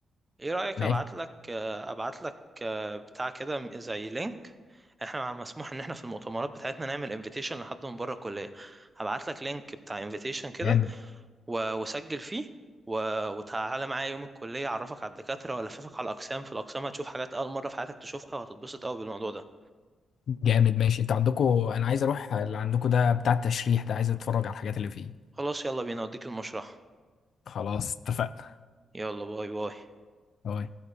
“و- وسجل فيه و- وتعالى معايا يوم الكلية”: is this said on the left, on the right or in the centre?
Right